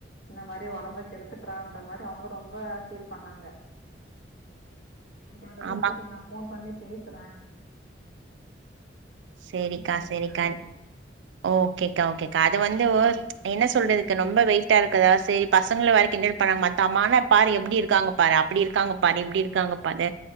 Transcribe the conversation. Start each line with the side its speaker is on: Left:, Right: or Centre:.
Left: இந்த மாரி ஒடம்ப கெடுத்துக்கறான்ற மாரி அவங்க ரொம்ப ஃபீல் பண்ணாங்க அதுக்காகதா
Right: ஆமா
Left: செரி நா ஃபோன் பண்ணி பேசற <unintelligible>
Right: சேரிக்கா
Left: ஃபோன்
Right: சேரிக்கா
Left: பண்ணே இப்போ
Right: ஓகேக்கா ஓகேக்கா அது வந்து என்ன சொல்றதுக்கு ரொம்ப வெயிடிட்டா இருக்குதா செரி பசங்க வேற கிண்டல் பண்ணாங்க மத்த அம்மானா பாரு எப்டி இருக்காங்க பா அப்டி இருக்காங்க பாரு இப்டி இருக்காங்க பாரு